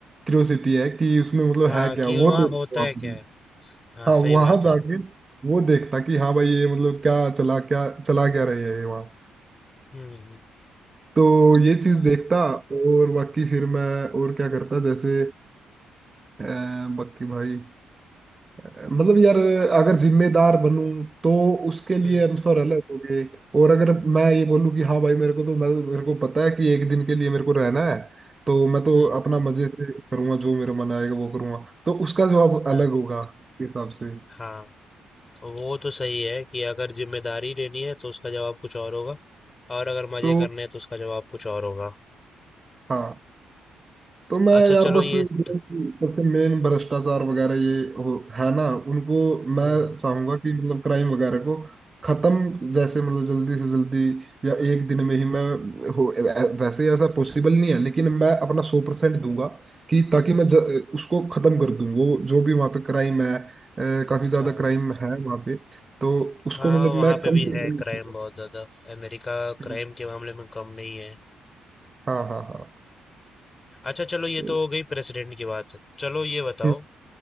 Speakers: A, on the right (about 25°); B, on the left (about 30°).
A: क्यूरियोसिटी है कि उसमें मतलब
B: हाँ
A: है क्या
B: कि वहाँ
A: वो देखो
B: होता है
A: आपने
B: क्या है हाँ
A: हाँ
B: सही
A: वहां
B: बात
A: जाके
B: है
A: वो देखता कि हाँ भाई ये मतलब क्या चला क्या चला क्या रही है ये वहाँ
B: हम्म हम्म,
A: तो ये चीज
B: हाँ
A: देखता और बाकी फिर मैं और क्या करता जैसे अ, बाकी भाई मतलब यार अगर जिम्मेदार बनूं तो उसके लिए
B: हम्म
A: आंसर अलग हो गए और अगर मैं ये बोलूं कि हाँ भाई मेरे को तो मैं मेरे को पता है कि एक दिन के लिए मेरे को रहना है तो मैं तो
B: हम्म
A: अपना मजे से करूंगा जो मेरा मन आएगा वो करूंगा तो उसका जवाब
B: हाँ
A: अलग होगा उसके हिसाब से
B: हाँ वो तो सही है कि अगर जिम्मेदारी लेनी है तो उसका जवाब कुछ और होगा और अगर मजे
A: तो
B: करने हैं तो उसका जवाब कुछ और होगा
A: हाँ तो मैं
B: अच्छा
A: यार
B: चलो
A: बस
B: ये
A: जो
B: त-
A: सबसे मेन भ्रष्टाचार वगैरह ये हो है ना उनको मैं
B: हाँ
A: चाहूंगा कि मतलब क्राइम वगैरह को खत्म जैसे मतलब जल्दी से जल्दी या एक दिन में ही मैं हो वैसे ऐसा पॉसिबल नहीं है लेकिन मैं अपना सौ परसेंट दूंगा कि ताकि मैं ज, उसको खत्म कर दूं वो जो भी वहाँ पे क्राइम है अ, काफी ज्यादा
B: हाँ
A: क्राइम है वहाँ पे तो उसको
B: हाँ
A: मतलब
B: वहाँ
A: मैं
B: पे
A: कम
B: भी
A: से
B: है क्राइम बहुत ज्यादा अमेरिका क्राइम
A: कम
B: के मामले में कम नहीं है
A: हाँ हाँ हाँ
B: अच्छा चलो ये
A: तो,
B: तो हो गई प्रेसिडेंट की बात चलो ये बताओ
A: हम्म